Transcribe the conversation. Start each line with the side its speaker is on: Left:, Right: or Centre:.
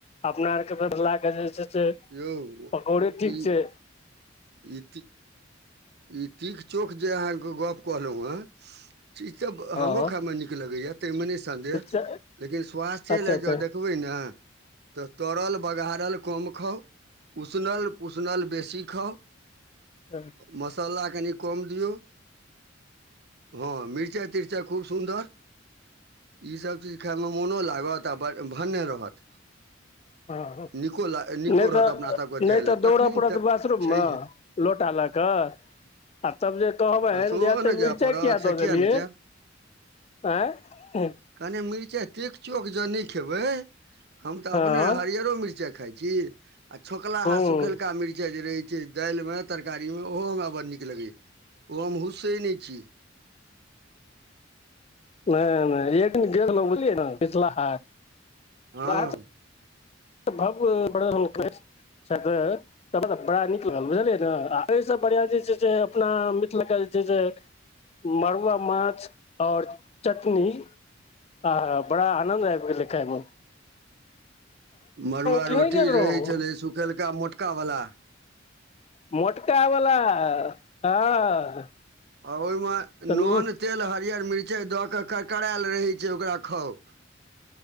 Left: अपना आर के के जे छै से
Right: यौ
Left: पकौड़ी ठीक
Right: ई
Left: छै
Right: ई ठी ई तीख चोक जे अहाँके गप कहलौ हेँ चीज त
Left: हँ
Right: हमरो खायइ मे नीक लगैया ताहिमे नय सन्देह
Left: अच्छा
Right: लेकिन स्वास्थ्ये
Left: अच्छा
Right: ल ज देखबै ने तऽ तरल बघाड़ल कम खाउ उसनल पुसनल बेसी खाउ
Left: ह
Right: मसल्ला कनि कम दियौ हँ मिरचाइ तिरचाइ खूब सुन्दर ई सब चीज खाय मे मोनो लागत आ भन्ने रहत
Left: हँ
Right: नीको ल
Left: नहि
Right: नीको
Left: तऽ
Right: रहत अपना सबके
Left: नहि
Right: देह
Left: तऽ
Right: लए
Left: दौड़य
Right: तखन
Left: पड़त
Right: तऽ
Left: बाथरूममे
Right: छैहे
Left: लोटा लग हं आ तब जे कहबनि
Right: आ सेहो
Left: जे एते
Right: ने जाय
Left: मिरचाइ
Right: पड़त
Left: किया
Right: से
Left: दऽ
Right: किएक
Left: देलियै
Right: ने जायब
Left: आँ
Right: कनि मिरचाइ तीक चोक जे नय खेबै हम तऽ
Left: हँ
Right: अपने हरियरो मिर्चाई खाय छी आ छोकला
Left: हूँ
Right: हा सुखेलका मिर्चाई जे रहै दालि मे तरकारी मे ओहो हमरा बड़ नीक लगैया ओहो हम हुस्सै नय छी
Left: हं एक दिन गेलहुं बुझलियै ने पिछला हाट
Right: हँ
Left: बाहर <unintelligible> <unintelligible> बड़ा नीक लागल बुझलियै ने एहिसँ बढ़िया जे छै से अपनामि ल <unintelligible> छै जे मड़ुआ माछ आओर चटनी आ बड़ा आनन्द आब गेलै खाइमे
Right: मड़ुआ
Left: कि
Right: रोटी
Left: नहि गेल रहौं
Right: रहै छलै सुखेलका मोटका वला
Left: मोटका वला हँ
Right: आ ओहिमे
Left: तऽ
Right: नोन
Left: नहि
Right: तेल हरियर मिरचाइ दऽ के करकऽरेल रहै छै ओकरा खाउ